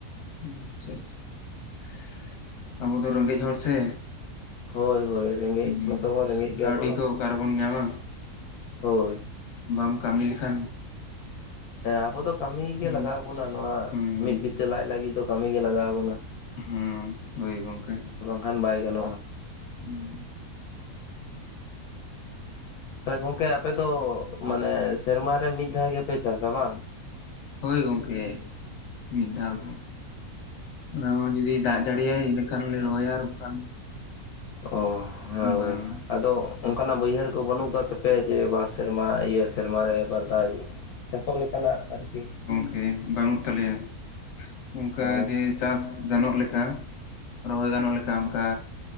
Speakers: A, on the left; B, on the left.
A: <unintelligible> ᱟᱵᱚ ᱫᱚ ᱨᱮᱸᱜᱮᱡ ᱦᱚᱲ ᱥᱮ
B: ᱦᱳᱭ ᱦᱳᱭ ᱨᱮᱸᱜᱮᱡ
A: ᱦᱮᱸ
B: ᱢᱟᱛᱚ ᱵᱚᱱ ᱨᱮᱸᱜᱮᱡ ᱜᱮᱭᱟ
A: ᱠᱟᱹᱣᱰᱤ
B: ᱟᱵᱚ ᱫᱚ,
A: ᱠᱚ ᱚᱠᱟ ᱨᱮᱵᱚᱱ ᱧᱟᱢᱟ
B: ᱦᱳᱭ
A: ᱵᱟᱢ ᱠᱟᱢᱤ ᱞᱮᱠᱷᱟᱱ
B: ᱦᱮᱸ ᱟᱵᱚ ᱫᱚ ᱠᱟᱢᱤ ᱜᱮ
A: ᱦᱩᱸ
B: ᱞᱟᱜᱟᱣ ᱵᱚᱱᱟ, ᱱᱚᱣᱟ
A: ᱦᱩᱸ
B: ᱢᱤᱫ ᱵᱤᱛᱟᱹ ᱞᱟᱡ ᱞᱟᱜᱤᱫ ᱫᱚ ᱠᱟᱹᱢᱤ ᱜᱮ ᱞᱟᱜᱟᱣ ᱵᱚᱱᱟ᱾
A: ᱦᱩᱸ ᱦᱳᱭ ᱜᱚᱝᱠᱮ᱾
B: ᱠᱷᱟᱱ ᱵᱟᱭ ᱜᱟᱱᱚᱜᱼᱟ᱾
A: <inaudible>
B: ᱛᱟᱦᱞᱮ ᱜᱚᱝᱠᱮ ᱟᱯᱮ ᱫᱚ ᱢᱟᱱᱮ ᱥᱮᱨᱢᱟ ᱨᱮ ᱢᱤᱫ ᱫᱷᱟᱣ ᱜᱮᱯᱮ ᱪᱟᱥᱟ ᱵᱟᱝ?
A: ᱦᱳᱭ ᱜᱚᱝᱠᱮ ᱢᱤᱫ ᱫᱷᱟᱣ ᱜᱮ, ᱚᱱᱟ ᱦᱚᱸ ᱡᱩᱫᱤ ᱫᱟᱜ ᱡᱟᱹᱲᱤᱭᱟᱭ ᱤᱱᱟᱹ ᱠᱷᱟᱱᱞᱮ ᱨᱚᱦᱚᱭᱟ ᱟᱨ ᱵᱟᱠᱷᱟᱱ
B: ᱚ
A: ᱵᱟᱝ
B: ᱦᱳᱭ ᱟᱫᱚ ᱚᱱᱠᱟᱱᱟᱜ ᱵᱟᱹᱭᱦᱟᱹᱲ ᱠᱚ ᱵᱟᱹᱱᱩᱜ ᱟᱠᱟᱫ ᱛᱟᱯᱮᱭᱟ ᱡᱮ ᱵᱟᱨ ᱥᱮᱨᱢᱟ ᱤᱭᱟᱹ ᱥᱮᱨᱢᱟᱨᱮ ᱵᱟᱨᱫᱷᱟᱣ ᱪᱟᱥᱚᱜ ᱞᱮᱠᱟᱱᱟᱜ ᱟᱨᱠᱤ᱾
A: ᱦᱮᱸ ᱵᱟᱹᱱᱩᱜ ᱛᱟᱞᱮᱭᱟ᱾ ᱚᱱᱠᱟ
B: ᱚ
A: ᱡᱮ ᱪᱟᱥ ᱜᱟᱱᱚᱜ ᱞᱮᱠᱟ ᱨᱚᱦᱚᱭ ᱜᱟᱱᱚᱜ ᱞᱮᱠᱟ ᱚᱱᱠᱟ